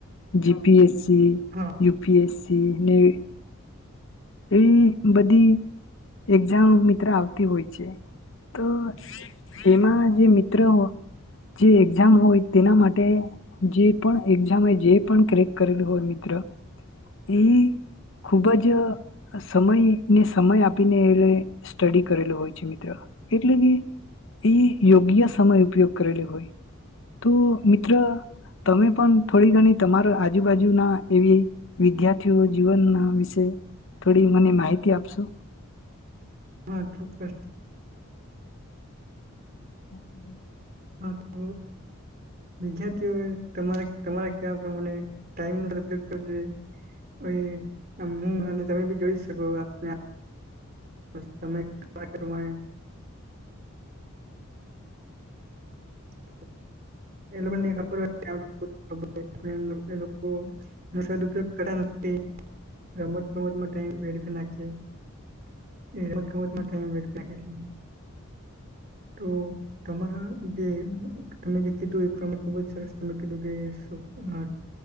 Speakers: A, on the left; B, on the right.
A: જીપીએસ.
B: હા
A: યુપીએસસી. નેવી
B: હમ <inaudible>
A: એવી બધી એક્ઝામ. આવતી હોય છે તો. હમા. જે મિત્ર હો. જે એક્ઝામ હોય તેના માટે જે પણ એક્ઝામ જે પણ ક્રેક કરેલું હોય મિત્ર એ. ખુબ જ. સમયને સમય આપીને એ. સ્ટડી કરેલું હોય છે મિત્ર એટલે કે. એ યોગ્ય સમય ઉપયોગ કરેલો હોય તો મિત્ર. તમે પણ. થોડી ઘણી તમારા આજુબાજુના. એવી વિદ્યાર્થીઓ જીવનના. આ વિશે મને માહિતી આપશો?
B: હા ચોક્કસ
A: <unintelligible>
B: હા, તો વિદ્યાર્થીઓ તમારે-તમારે કેવા પ્રમાણે ટાઈમ નો ઉપયોગ કરવુ જોઈએ અને <unintelligible> તમે બી જોઈશ. કો આપને આપ બસ તમે કહ્યા પ્રમાણે <inaudible> એ લોકોને ખબર હોય <inaudible> ખબર એ લોકો એનો સદપયોગ કરતા નથી. રમત-ગમતમાં ટાઇમ વેડફી નાખીએ- એ રમત ગમત ટાઈમ વેડફી નાખે છે. તો તમારા જે તમે જે કીધું એ તમને ખુબ જ સરસ તમે કીધું કે શું આ